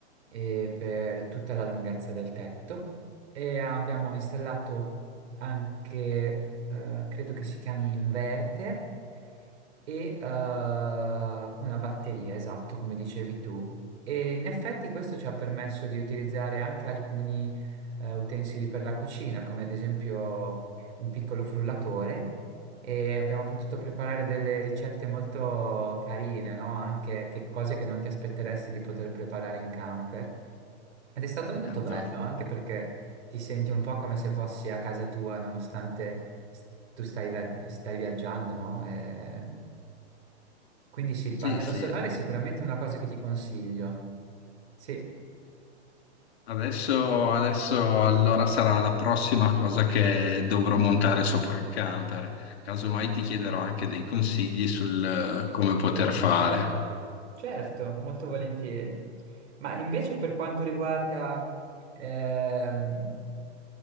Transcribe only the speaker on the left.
Certo.
Sì, sì.
Adesso, adesso allora sarà la prossima cosa che dovrò montare sopra il camper. Casomai ti chiederò anche dei consigli sul eh, come poter fare.